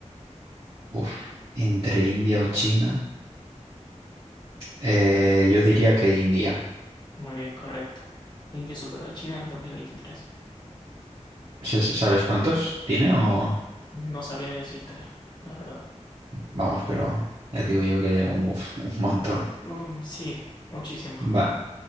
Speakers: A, on the right; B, on the left.
A: <laughs> Uf. entre India o China. Eh, yo diría que India.
B: Muy bien, correcto. India superó a China en el 2023.
A: ¿Se- se- ¿Sabes cuántos tiene o...?
B: No sabría decírtelo, la verdad.
A: Vamos, pero ya te digo yo que un, uf, un montón.
B: Um, sí, muchísimo.
A: Va-